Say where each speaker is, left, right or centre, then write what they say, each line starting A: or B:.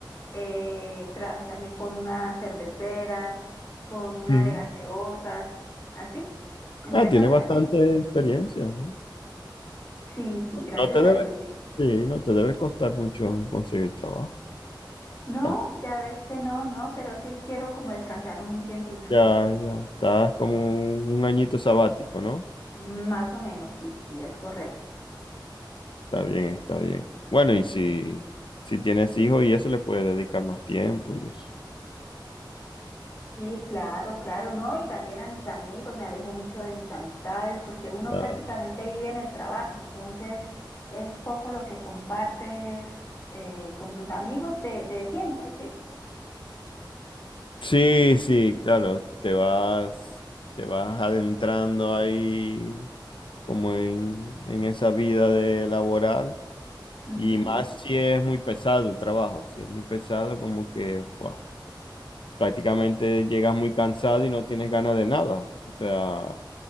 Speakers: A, on the left; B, on the left.
A: Eh, trabajé también con una cervecera, con una
B: <clears throat>
A: de gaseosas, así, empresas
B: Ah, tiene
A: grandes.
B: bastante experiencia. ¿sí?
A: Sí, sí, gracias
B: No te
A: a
B: debe,
A: Dios.
B: sí, no te debe costar mucho conseguir trabajo.
A: No,
B: Ya está.
A: ya ves que no, no, pero sí quiero como descansar un tiempito.
B: Ya, ya. Estás como un un añito sabático, ¿no?
A: Más o menos, sí, sí, es correcto.
B: Está bien, está bien. Bueno, y si, si tienes hijos y eso le puedes dedicar más tiempo y eso.
A: Sí, claro, claro, no, y también a mis amigos, me alejé mucho de mis amistades porque uno
B: Está-
A: prácticamente vive en el trabajo, entonces es poco lo que compartes eh, con tus amigos de, de siempre, ¿sí?
B: Sí, sí, claro. Te vas, te vas adentrando ahí como en, en esa vida de laboral.
A: Ujú,
B: Y más si es muy pesado el trabajo, si es muy pesado, como que fua, prácticamente llegas muy cansado y no tienes ganas de nada. O sea,